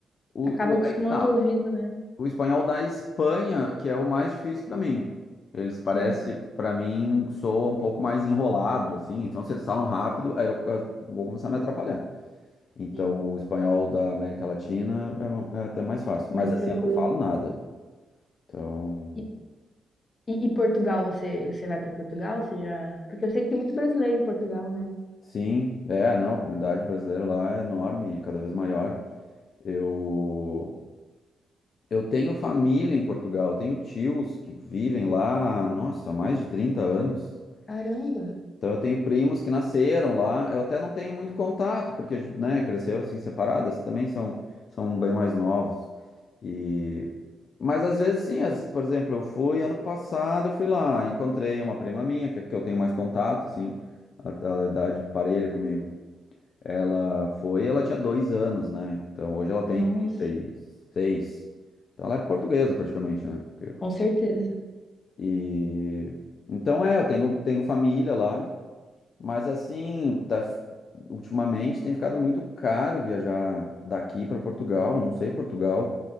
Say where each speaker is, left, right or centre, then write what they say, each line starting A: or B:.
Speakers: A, on the left (about 60°); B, on the left (about 45°).
A: o,
B: acaba
A: o-
B: acostumando
A: aí que tá,
B: o ouvido, né?
A: o espanhol da Espanha, que é o mais difícil para mim. Eles parece,
B: Sim,
A: para mim, soa um pouco mais enrolado, assim. Então, se eles falam rápido, aí eu eu vou começar a me atrapalhar. Então,
B: sim,
A: o espanhol da América Latina é, uma- é até mais fácil.
B: mais
A: Mas assim,
B: tranquilo.
A: eu não falo nada. Então,
B: E, e, e Portugal, você, você vai para Portugal? Você já... Porque eu sei que tem muito brasileiro em Portugal, né?
A: sim, é, não, a comunidade brasileira lá é enorme e cada vez maior. Eu, eu tenho família em Portugal, eu tenho tios que vivem lá, nossa, há mais de 30 anos.
B: Caramba,
A: Então eu tenho primos que nasceram lá, eu até não tenho muito contato, porque, né, cresceu assim separadas, também são, são bem mais novos. E... Mas às vezes sim, as- por exemplo, eu fui ano passado, eu fui lá, encontrei uma prima minha, que, que eu tenho mais contato, assim, a, a idade parelha comigo. Ela foi, ela tinha dois anos, né? Então hoje ela
B: nossa,
A: tem trinta e seis. Então ela é portuguesa praticamente, né? Porque-
B: com certeza.
A: E então é, eu tenho, tenho família lá. Mas assim, tá, ultimamente tem ficado muito caro viajar daqui para Portugal. Não sei, Portugal